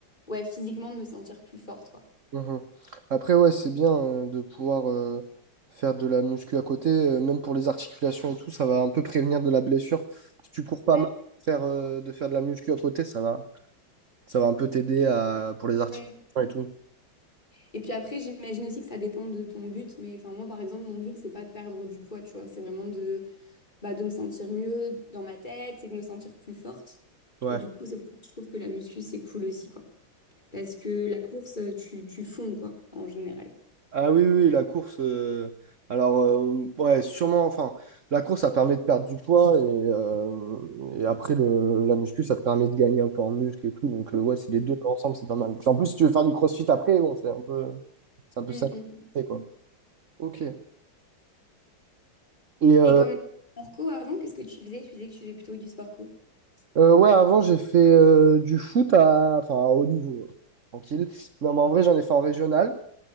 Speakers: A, on the left; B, on the right.
A: ouais, physiquement, de me sentir plus forte, quoi.
B: Mhm. Après, ouais, c'est bien euh, de pouvoir euh, faire de la muscu à côté, euh, même pour les articulations et tout, ça va un peu prévenir de la blessure. Si tu cours pas
A: Ouais,
B: mal, faire, euh, de faire de la muscu à côté, ça va, ça va un peu t'aider à, pour les articulations
A: ouais.
B: et tout.
A: Et puis après, j'imagine aussi que ça dépend de ton but, mais enfin moi par exemple, mon but c'est pas de perdre du poids, tu vois, c'est vraiment de bah, de me sentir mieux dans ma tête et de me sentir plus forte.
B: Ouais.
A: Et du coup, c'est pour ça que je trouve que la muscu c'est cool aussi, quoi. Parce que la course, tu, tu fonds, quoi, en général.
B: Ah oui, oui, oui, la course. euh, alors, euh, ouais, sûrement. Enfin, la course, ça permet de perdre du poids et, euh, et après, le, la muscu, ça te permet de gagner un peu en muscle et tout. Donc, euh, ouais, c'est les
A: Mm,
B: deux ensemble, c'est pas mal. Puis en plus, si tu veux faire du crossfit après, bon, c'est un peu, c'est un peu
A: mm,
B: ça,
A: mm.
B: c'est quoi. Ok. Et euh,
A: Et comme sport co avant, qu'est-ce que tu faisais? Tu disais que tu faisais plutôt du sport co.
B: euh, ouais, avant, j'ai fait euh, du foot à, enfin, à haut niveau, euh, tranquille. Non, mais en vrai, j'en ai fait en régional.